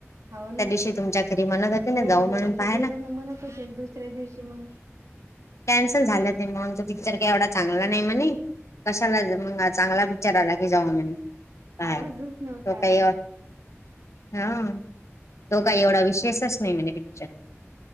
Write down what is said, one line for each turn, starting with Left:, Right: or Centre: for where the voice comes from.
Right: हो
Left: त्या
Right: ना
Left: दिवशी तुमच्या घरी म्हणत होते
Right: हो
Left: ना जाऊ म्हणून
Right: हो
Left: पाहायला
Right: सगळे जण म्हणत होतील दुसऱ्या दिवशी म
Left: कॅन्सल झालं ते मगग पिक्चर काय एवढा चांगला नाही म्हणे कशाला मग चांगला प पिक्चरआला की जाव म पाहायला
Right: आवाजच नव्हता
Left: त
Right: आला
Left: काय हा तो काही एवढा विशेषच नाही म्हणजे पिक्चर